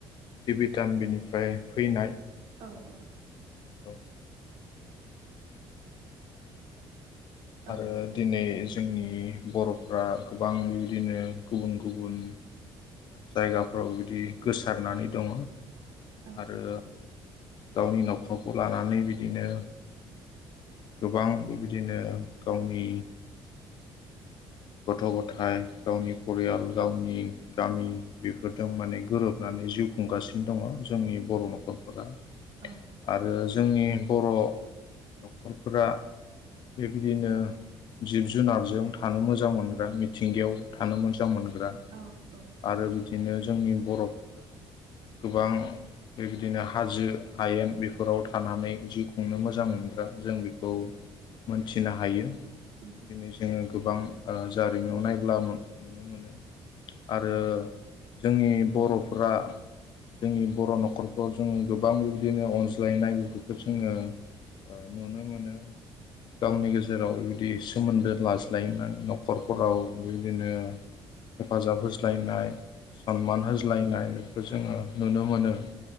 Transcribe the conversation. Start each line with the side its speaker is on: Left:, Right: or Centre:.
Left: भटान बिनिफ्राय फैनाय
Right: औ औ
Left: <inaudible>
Right: औ
Left: आरो दिनै जोंनि बर'फ्रा गोबां बेबायदिनो गुबुन गुबुन जायगाफोराव बेबायदि गोसारनानै दङ
Right: औ
Left: आरो गावनि न'खरखौ खौ लानानै बिदिनो गोबां बेबायदिनो गावनि गथ गथाय गावनि फरियाल गावनि गामि बेफोरजों माने गोरोबनानै जिउखौ हुंगासिम दङ जोंनि बर' न'खरफोरा
Right: औ
Left: आरो जोंनि बर' न'खरफोरा बेबायदिनो जिब जुनारजों थानो मोजां मोजां मोनग्रा मिथिंगायाव थानो मोजां मोनग्रा
Right: औ औ
Left: आरो
Right: नंगौ
Left: बिदिनो जोंनि बर गोबां बेबायदिनो हाजो हायेन बेफोराव थानानै जिउ खुंनो मोजां मोनग्रा जों बेखौ खौ मोनथिनो हायो
Right: उम
Left: दिनै जोंङो गोबां जारिमिन नायब्ला नुनो मोनो आरो
Right: औ
Left: जोंनि बर'फ्रा जोंनि बर‌ नखरफ्राव जोंङो गोबां बेबायदिनो अनज्लायनाय बेफोरखौ जोंङो नुनो मोनो गावनि गेजेराव बिबायदि सोमोन्दो लाज्लायनाय नख नखरफोराव
Right: औ
Left: बिदिनो हेफाजाब होज्लायनाय सनमान होज्लायनाय बेखौ जोंङो नुनो मोनो